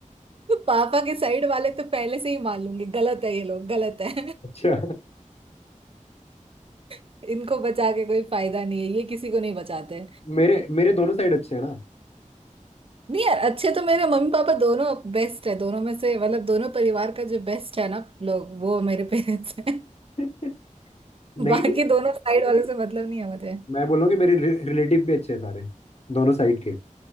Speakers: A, on the right; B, on the left.
A: पापा के साइड वाले तो पहले से ही मान लूंगी गलत है ये लोग गलत है
B: अच्छा
A: <laughs> इनको बचा के कोई फायदा नहीं है ये किसी को नहीं बचाते
B: मेरे मेरे दोनों साइड अच्छे हैं ना <laughs>
A: नहीं यार अच्छे तो मेरे मम्मी पापा दोनों बेस्ट है दोनों में से मतलब दोनों परिवार का जो बेस्ट है ना लोग वो मेरे पेरेंट्स हैं
B: नहीं
A: <laughs>
B: नहीं
A: बाकी दोनों साइड वाले से मतलब नहीं है मुझे
B: मैं बोल रहा हूँ कि मेरे रिलेटिव भी अच्छे हैं सारे दोनों साइड के